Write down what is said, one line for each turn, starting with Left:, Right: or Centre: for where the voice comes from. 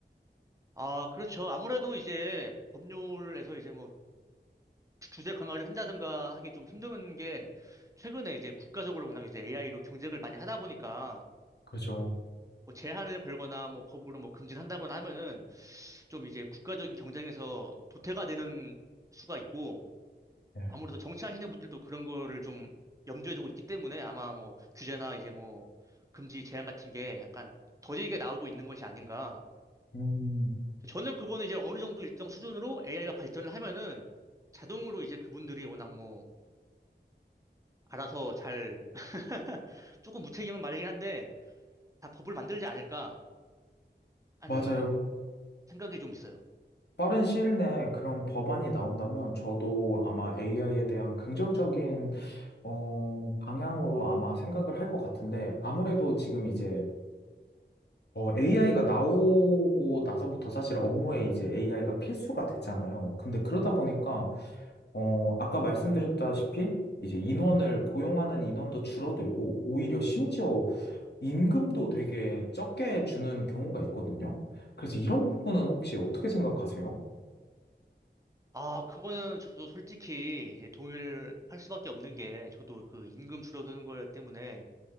Right: 아, 그렇죠. 아무래도 이제 법률에서 이제 뭐 주제 강화를 한다든가 하기 좀 힘든 게 최근에 이제 국가적으로 워낙 이제 AI로 경쟁을 많이 하다 보니까
Left: 그죠?
Right: 뭐 제한을 걸거나 뭐 법으로 뭐 금지를 한다거나 하면은 좀 이제 국가적인 경쟁에서 도태가 되는 수가 있고
Left: 네.
Right: 아무래도 정치하시는 분들도 그런 거를 좀 염두에 두고 있기 때문에 아마 뭐 규제나 이제 뭐 금지 제한 같은 게 약간 더디게 나오고 있는 것이 아닌가.
Left: 음,
Right: 저는 그거는 이제 어느 정도 일정 수준으로 AI가 발전을 하면은 자동으로 이제 그분들이 워낙 뭐 알아서 잘 <laughs> 조금 무책임한 말이긴 한데 다 법을 만들지 않을까 하는
Left: 맞아요.
Right: 생각이 좀 있어요.
Left: 빠른 시일 내에 그런 법안이 나온다면 저도 아마 AI에 대한 긍정적인 어, 방향으로 아마 생각을 할 것 같은데 아무래도 지금 이제 AI가 나오고 나서부터 사실 업무에 이제 AI가 필수가 됐잖아요. 근데 그러다 보니까 어, 아까 말씀드렸다시피 이제 인원을 고용하는 인원도 줄어들고 오히려 심지어 임금도 되게 적게 주는 경우가 있거든요. 그래서 이런 부분은 혹시 어떻게 생각하세요?
Right: 아, 그거는 저도 솔직히 이제 동의를 할 수밖에 없는 게 저도 그 임금 줄어드는 거 때문에